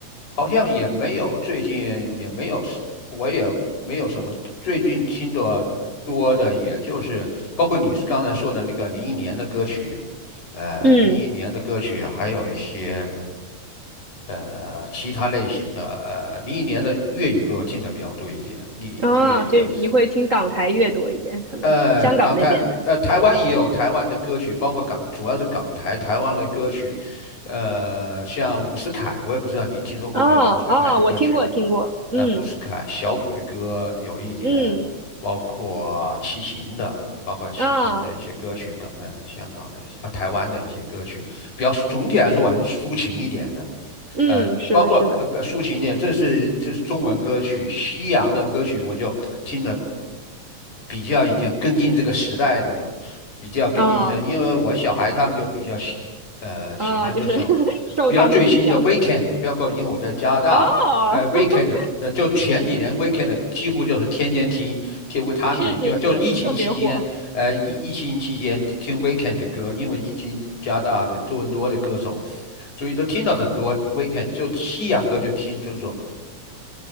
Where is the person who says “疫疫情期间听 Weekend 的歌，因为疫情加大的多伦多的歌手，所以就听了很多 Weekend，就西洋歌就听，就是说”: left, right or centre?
Left